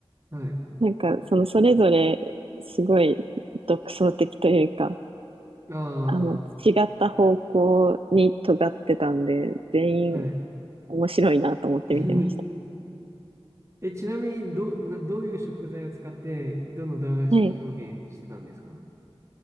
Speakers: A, on the right; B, on the right.
A: はい。
B: なんか、そのそれぞれすごい独創的というか、
A: あ
B: あの、違った方向に尖ってたんで、全員
A: あ、はい。
B: 面白いなと思って見てました。
A: <laughs> ぜひえ、ちなみに、ど、な、どういう食材を使って、どの駄菓子を表現してたんですか
B: はい。えっ